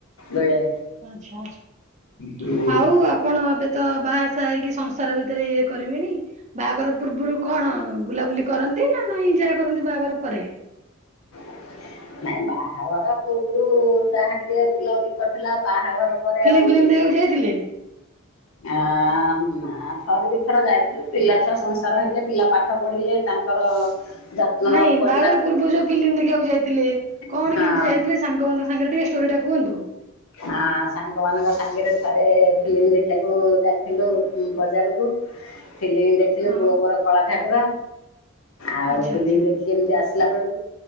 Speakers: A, on the left (about 80°); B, on the right (about 35°).
A: ବେଳେ
B: ଆଚ୍ଛା ଆଛା
A: ହୁଁ
B: ଆଉ ଆପଣ ଏବେ ତ ବାହାସାହା ହେଇକି ସଂସାର ଭିତରେ ଇଏ କରିବେଣି ବାହାଘର ପୂର୍ବରୁ କଣ ବୁଲାବୁଲି କରନ୍ତି ନା ନାଇଁ ଯାହା କରନ୍ତି ବାହାଘର ପରେ?
A: <inaudible> ନାଇଁ ବାହାଘର ପୂର୍ବରୁ ଯାହା ଟିକେ ବୁଲାବୁଲି କରିଥିଲା ଆଉ ବାହାଘର ପରେ
B: ଫିଲ୍ମ
A: ଆଉ
B: ଫିଲ୍ମ ଦେଖିବାକୁ ଯାଇଥିଲେ?
A: ଆ ମା ଥରେ ଦୁଇ ଥର ଯାଇଥିଲୁ ପିଲା ଛୁଆ ସଂସାର ହେଲେ ପିଲା ପାଠ ପଢିଲେ ତାଙ୍କର ଯତ୍ନ
B: ନାଇଁ
A: ନେବାକୁ ପଡିଲା
B: ବାହାଘରପୂର୍ବରୁ ଯଉ ଫିଲ୍ମ ଦେଖିବାକୁ ଯାଇଥିଲେ କଣ
A: ହଁ
B: କେମିତି ଯାଇଥିଲେ ସାଙ୍ଗମାନଙ୍କ ସାଙ୍ଗରେ ଟିକେ ଷ୍ଟୋରି ଟା କୁହନ୍ତୁ?
A: ଆ ସାଙ୍ଗମାନଙ୍କ ସାଙ୍ଗରେ ଥରେ ଫିଲ୍ମ ଦେଖିବାକୁ ଯାଇଥିଲୁ ବଜାରକୁ। ଫିଲ୍ମି ଦେଖି ଦେଖିଲି
B: ହଁ
A: ପୁଅ ମୋର କଳା ଠାକୁର ଆଉ
B: ଆଚ୍ଛା
A: ଫିଲ୍ମ
B: ଆଚ୍ଛା
A: ଦେଖି ଏମିତି ଆସିଲା ବେଳକୁ